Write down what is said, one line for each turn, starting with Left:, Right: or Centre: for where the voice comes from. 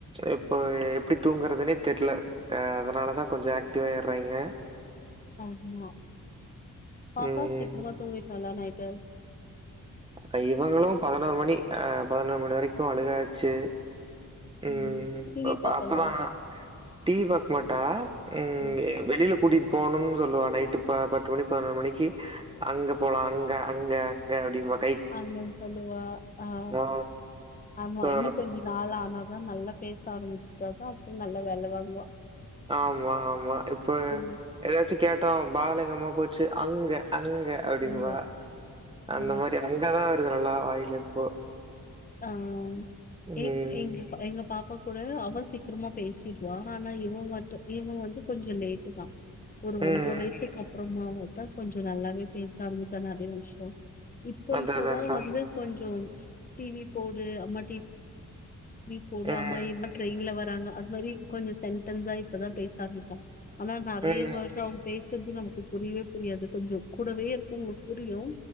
Right: இப்போ எப்டி தூங்குறதுன்னே தெரில ஹ அதனாலதா கொஞ்சோ ஆக்டிவா ஆயுடுறாங்க
Left: ஆமா பாப்பா
Right: ம்.
Left: சீக்கிரமா தூங்கிட்றால நை டு
Right: அ இவங்களு பதினோரு மணி அஹ் பதினோரு மணி வரைக்கு அழுகாச்சு உம்
Left: ம் டிவி
Right: பா பாப்பதா
Left: பாப்பலா
Right: அமா டீவி பாக்க மாட்டா உம்
Left: ம்
Right: அ வெளியில கூட்டிட் போணும்னு சொல்லுவா நைட்டு ப பத்து மணி பதினொரு மணிக்கு அங்க போலா அங்க அங்க ஏ அப்டி பா
Left: அங்கன்னு சொல்லுவா ஆஹ்
Right: ஆ.
Left: ஆமா
Right: ஆ.
Left: இன்னு கொஞ்சோ நாள் ஆனா தா நல்லா பேச ஆரம்பிச்சுட்டாதா அப்புற நல்லா வேல வாங்குவா
Right: ஆமா ஆமா இப்ப
Left: ம்
Right: ஏதாச்சு கேட்டா பாலிங்கம்மா போச்சு அங்க அங்க அப்டிம்பா
Left: அங்க
Right: அந்த
Left: ஆ
Right: மாரி அங்கதா ருது நல்லா வாயில இப்போ
Left: ஆஹ்
Right: ம்.
Left: எ எங்க எங்க பாப்பாவுக் கூட அவ சீக்கிரமா பேசிடுவான ஆனா இவ மட்ட இவ வந்து கொஞ்சொ லேட்டு தா ஒரு
Right: ம்.
Left: ஒன்ற வயசுக்கு அப்புறொ தா வரு தா கொஞ்சொ நல்லாவே பேச ஆரம்பிச்சா நெறைய விஷயொ இப்போ
Right: அதான்
Left: இப்பதா
Right: அதான்க்கா.
Left: வந்து கொஞ்சோ டிவி போடு அம்மா டி வி போடு
Right: ம்.
Left: ஆம்மா இன்னொ ட்ரெயின்ல வர் ராங்க அது மாதிரி கொஞ்சொ சென்டன்ஸா இப்பதா பேச ஆரம்பிச்சா ஆனா நெறைய
Right: ம்.
Left: வேர்ட்ஸ் அவ பேச் சற்து நமக்கு புரியவே புரியாது கொஞ்சோ கூடவே இருக்கவங்களுக்கு புரியு